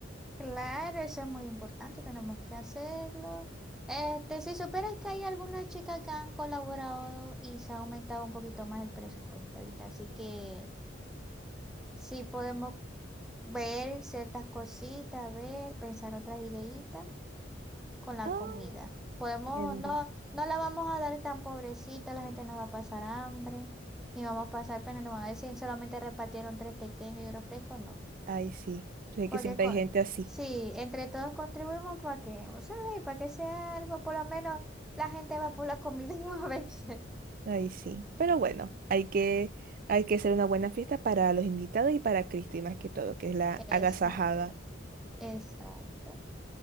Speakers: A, in the centre; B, on the right.
A: Claro, eso es muy importante, tenemos que hacerlo. Este, si supieras que hay algunas chicas que han colaborado y se ha aumentado un poquito más el presupuesto ahorita, así que sí podemos ver ciertas cositas, ver, pensar otras ideitas con la
B: Ah,
A: comida. Podemos,
B: chévere.
A: no, no la vamos a dar tan pobrecita, la gente no va a pasar hambre, ni vamos a pasar pena, no van a decir solamente repartieron tres pequeños y un refresco, no.
B: Ay, sí, sé
A: Porque
B: que siempre
A: con,
B: hay gente así,
A: sí, entre todos contribuimos para que, vos sabés, para que sea algo, por lo menos la gente va por la comida <laughs> a veces.
B: ay, sí. Pero bueno, hay que, hay que hacer una buena fiesta para los invitados y para Cristi más que todo, que es la agasajada.
A: Exacto, exacto.